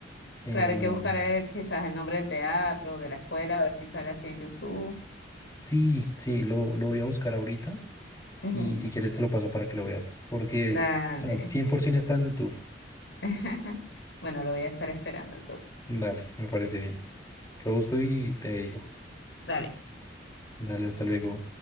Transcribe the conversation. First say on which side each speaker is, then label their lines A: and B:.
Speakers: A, on the left (about 20°); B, on the left (about 85°).
A: Em,
B: Claro, hay que buscar eh, quizás el nombre del teatro, de la escuela, a ver si sale así en YouTube.
A: sí, sí, lo, lo voy a buscar ahorita
B: Ujú.
A: y si quieres te lo paso para que lo veas. Porque,
B: Dale.
A: o sea, 100% está en YouTube.
B: <laughs> Bueno, lo voy a estar esperando entonces.
A: Dale, me parece bien. Lo busco y te digo.
B: Dale.
A: Dale, hasta luego.